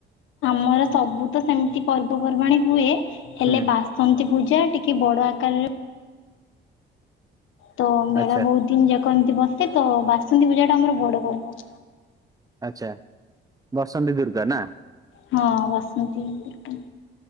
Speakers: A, on the left; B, on the right.
A: ଆମର ସବୁ ତ ସେମିତି ପର୍ବପର୍ବାଣୀ ହୁଏ ହେଲେ
B: ହୁଁ
A: ବାସନ୍ତୀ ପୂଜା ଟିକେ ବଡ ଆକାରରେ ତ ମେଳା
B: ଆଚ୍ଛା
A: ବହୁତ ଦିନ ଯାକ ଏମିତି ବସେ ତ ବାସନ୍ତୀ ପୂଜାଟା ଆମର ବଡ଼ ପର୍ବ
B: ଆଚଛା ବସନ୍ତ ଦୁର୍ଗା ନା
A: ହଁ ବାସନ୍ତତିତିକାର